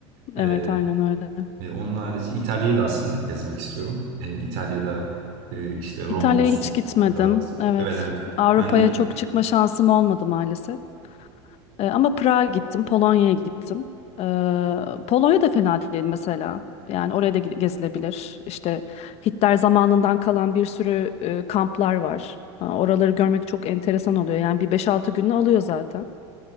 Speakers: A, on the left (about 50°); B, on the right (about 65°).
A: evet
B: E,
A: aynen öyle.
B: e, onun harici İtalya'yı da aslında gezmek istiyorum. E, İtalya'da e, işte Roma
A: İtalya'ya
B: olsun.
A: hiç gitmedim.
B: Floransa.
A: Evet.
B: Evet evet.
A: Avrupa'ya
B: Ben de gittim.
A: çok çıkma şansım olmadı maalesef. Ee, ama Prag'a gittim, Polonya'ya gittim. Ee, Polonya da fena değil mesela. Yani oraya da gi- gezilebilir. İşte Hitler zamanından kalan bir sürü e, kamplar var. Ha, Oraları görmek çok enteresan oluyor. Yani bir beş altı gününü alıyor zaten.